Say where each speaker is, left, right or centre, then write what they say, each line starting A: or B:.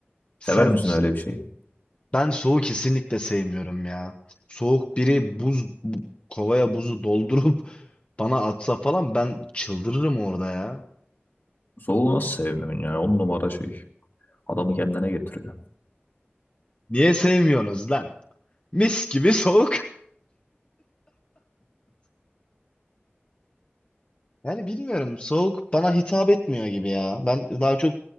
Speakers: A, on the left; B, on the left.
A: Sen
B: Sever misin öyle bir şeyi?
A: ben soğuğu kesinlikle sevmiyorum ya. Soğuk biri buz bu- kovaya buzu doldurup <laughs> bana atsa falan ben çıldırırım orada ya.
B: Soğuğu nasıl sevmiyorsun ya? On numara şey. Adamı kendine getiriyor.
A: Niye sevmiyorsunuz lan? Mis gibi soğuk. Yani bilmiyorum. Soğuk bana hitap etmiyor gibi ya. Ben daha çok